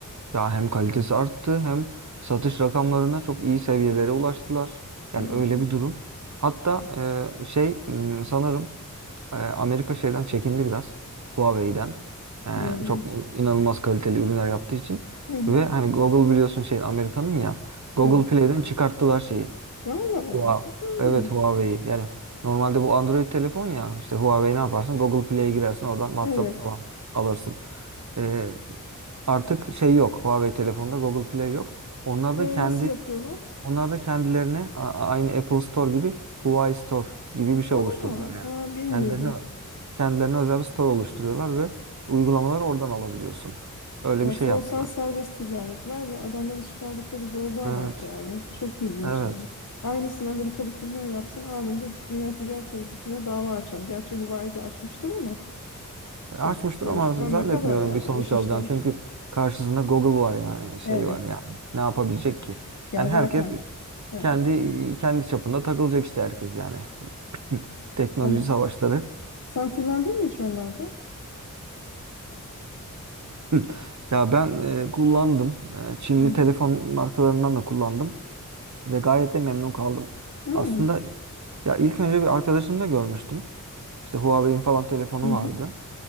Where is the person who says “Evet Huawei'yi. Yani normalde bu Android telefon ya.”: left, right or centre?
Right